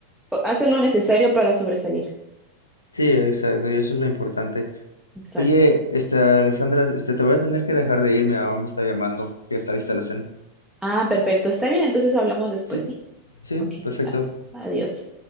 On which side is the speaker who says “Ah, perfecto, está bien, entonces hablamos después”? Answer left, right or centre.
Centre